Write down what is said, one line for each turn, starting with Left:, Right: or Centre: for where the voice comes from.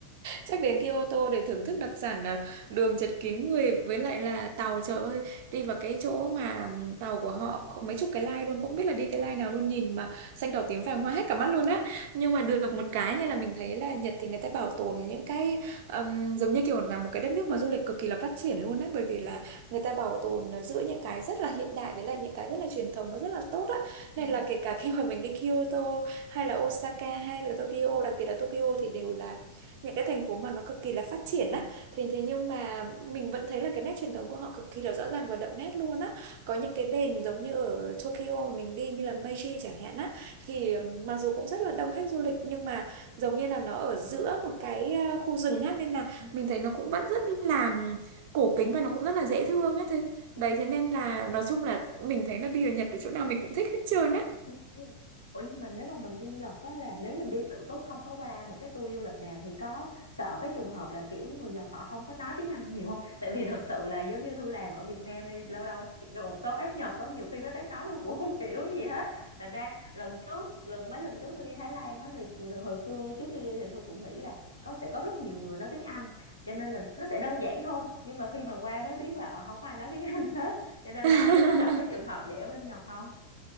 Right: Chắc đến Kyoto để thưởng thức đặc sản à, đường chật kín người với lại là tàu trời ơi đi vào cái chỗ mà tàu của họ có mấy chục cái line luôn không biết là đi cái line nào luôn nhìn mà xanh đỏ tím vàng hoa hết cả mắt luôn á nhưng mà được một cái như là mình thấy là Nhật thì người ta bảo tồn những cái ừm, giống như kiểu là một cái đất nước mà du lịch cực kỳ là phát triển luôn á bởi vì là người ta bảo tồn giữa những cái rất là hiện đại với lại những cái rất là truyền thống nó rất là tốt á
Left: Ừ.
Right: nên là kể cả khi mà mình đi Kyoto hay là Osaka hay là Tokyo đặc biệt là Tokyo thì đều là những cái thành phố mà nó cực kỳ là phát triển á thế thế nhưng mà mình vẫn thấy là cái nét truyền thống của họ cực kỳ là rõ ràng và đậm nét luôn á có những cái đền giống như ở Tokyo mà mình đi như là Meiji chẳng hạn á thì mặc dù cũng rất là đông khách du lịch nhưng mà giống như là nó ở giữa một cái à, khu rừng á nên là
Left: Ừ.
Right: mình thấy nó cũng vẫn rất là cổ kính và nó cũng rất là dễ thương á thế
Left: Ừ.
Right: đấy thế nên là nói chung là mình thấy là đi ở Nhật ở chỗ nào mình cũng thích hết trơn á
Left: Ừ. Ủa nhưng mà nếu mà mình đi Nhật á là nếu mình đi tự túc không có qua một cái tour du lịch nào thì có sợ cái trường hợp là kiểu người Nhật họ không có nói tiếng Anh nhiều không? Tại vì thật sự là giống như Thu làm ở Việt Nam đi lâu lâu được một số bác Nhật có nhiều khi mấy bác nói tôi cũng không <laughs> hiểu gì hết. Thành ra lần trước lần mấy lần trước tôi đi Thái Lan á thì hồi xưa trước khi đi thì Thu cũng nghĩ là có sẽ có rất nhiều người nói tiếng Anh cho nên là nó sẽ đơn giản thôi nhưng mà khi mà qua mới biết là ờ, không có ai nói tiếng Anh hết cho nên
Right: <laughs>
Left: là không biết có gặp cái trường hợp vậy ở bên Nhật không?